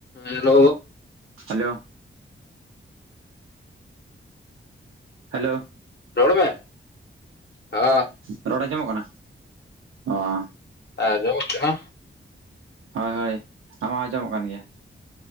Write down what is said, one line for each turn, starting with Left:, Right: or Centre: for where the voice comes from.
Left: Hello
Right: hello hello
Left: ᱨᱚᱲ ᱢᱮ ᱦᱟᱻᱟ
Right: ᱨᱚᱲ ᱟᱸᱡᱚᱢᱚᱜ ᱠᱟᱱᱟ ᱦᱟᱸ
Left: ᱟᱡᱚᱢᱚᱜ ᱠᱟᱱᱟ
Right: ᱦᱳᱭ ᱦᱳᱭ ᱟᱢ ᱢᱟ ᱟᱸᱡᱚᱢᱚᱜ ᱠᱟᱱ ᱜᱮᱭᱟ